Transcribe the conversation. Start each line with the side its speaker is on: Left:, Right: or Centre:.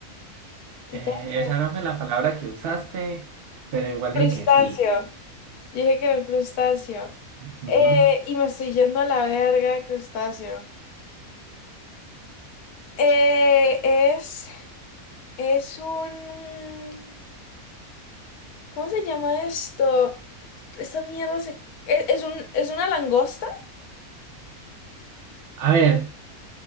Left: Tito,
Right: Eh,
Left: un
Right: esa no fue la palabra que usaste, pero igual
Left: crustáceo.
Right: dije que sí,
Left: Yo dije que era un crustáceo.
Right: ¿no?
Left: Eh, y me estoy yendo a la verga de crustáceo. Eh, es. Es un. ¿Cómo se llama esto? Esta mierda se... ¿Es, es un, es una langosta?
Right: A ver,